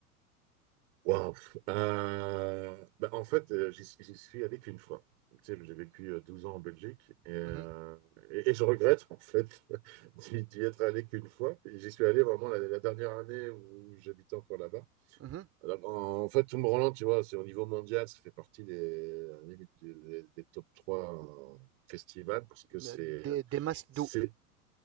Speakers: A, on the right; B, on the right.
A: Waouh. Euh, bah, en fait, euh, j'y suis j'y suis allé qu'une fois. Tu sais, j'ai vécu euh, 12 ans en Belgique et, euh,
B: Mhm,
A: et- et je regrette en fait <laughs> d'y d'y être allé qu'une fois. Et J'y suis allé vraiment la, la dernière année où j'habitais encore là-bas.
B: mhm.
A: Alors, en, en fait, Tomorrowland, tu vois, c'est au niveau mondial, ça fait partie des, des, des- des top 3 euh, festivals parce que c'est
B: Euh, Des, des masses
A: c'est
B: d'eau.